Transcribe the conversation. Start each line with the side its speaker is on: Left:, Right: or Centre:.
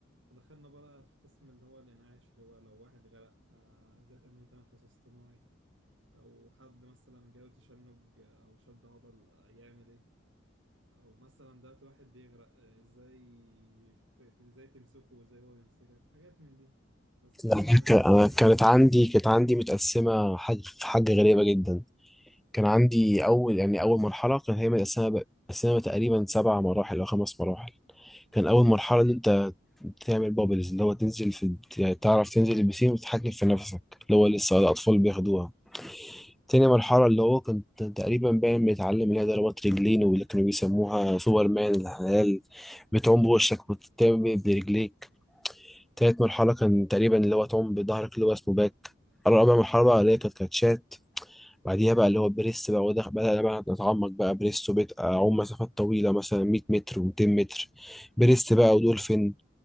Right: ودخلنا بقى في قسم اللي هو الإنعاش اللي هو لو واحد غرق آه، إزاي تعمل له تنفس اصطناعي لو حد مثلا جاله تشنج آه، أو شد عضل آه، يعمل إيه او مثلا دلوقتي واحد بيغرق آه، ازاي ت- ت- ازاي تمسكه وازاي هو يمسكك حاجات من دي بس
Centre: انا
Right: كان المكان
Centre: ك- أنا
Right: بعيد
Centre: كانت عندي
Right: بعيد.
Centre: كانت عندي متقسمه حاجه حاجه غريبه جدا كان عندي اول يعني اول مرحله كان هي متقسمه ب- متقسمه تقريبا سبع مراحل او خمس مراحل كان اول مرحله ان انت تعمل بابلز اللي هو تنزل في يعني تعرف تنزل البسين وتتحكم في نفسك اللي هو لسه الاطفال بياخدوها تاني مرحلة اللي هو كنت تقريبا باين بيتعلم اللي هي ضربات رجلين واللي كانوا بيسموها سوبرمان الحلال بتعوم بوشك وتتعمل برجليك تالت مرحلة كان تقريبا اللي هو تعوم بظهرك اللي هو اسمه باك رابع مرحلة بقى اللي هي كانت كاتشات بعديها بقى اللي هو بريس بقى وده بدأ بقى نتعمق بقى بريس وبقيت أعوم مسافات طويلة مثلا 100 متر و200 متر بريس بقى ودولفين